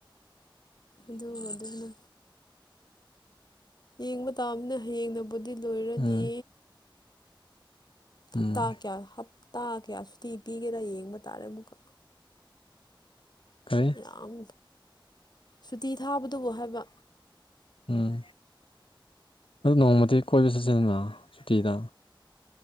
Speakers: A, on the left (about 55°); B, on the left (about 85°).
A: ꯑꯗꯨꯕꯨ ꯑꯗꯨꯗꯨꯅ ꯌꯦꯡꯕ ꯇꯥꯕꯅꯦ ꯍꯌꯦꯡꯅꯕꯨꯗꯤ ꯂꯣꯏꯔꯅꯤ
B: ꯎꯝ
A: ꯍꯞꯇꯥ
B: ꯎꯝ
A: ꯀꯌꯥ ꯍꯞꯇꯥ ꯀꯌꯥ ꯁꯨꯇꯤ ꯄꯤꯒꯦꯔꯥ ꯌꯦꯡꯕ ꯇꯥꯔꯦ ꯑꯃꯨꯛꯀ
B: ꯀꯔꯤ
A: ꯌꯥꯝ ꯁꯨꯇꯤ ꯊꯥꯕꯗꯨꯕꯨ ꯍꯥꯏꯕ
B: ꯎꯝ ꯑꯗꯨ ꯅꯣꯡꯃꯗꯤ ꯀꯣꯏꯕ ꯆꯠꯁꯦꯗꯅ ꯁꯨꯇꯤꯗ